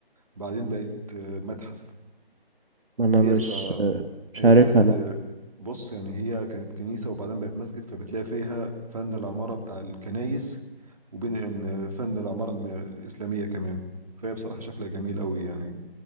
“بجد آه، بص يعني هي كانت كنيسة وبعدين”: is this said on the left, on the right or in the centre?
Right